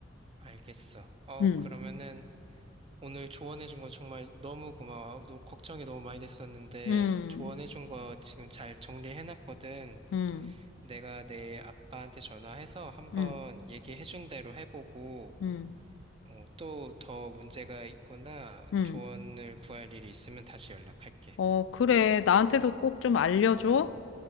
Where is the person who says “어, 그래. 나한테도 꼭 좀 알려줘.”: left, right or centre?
Left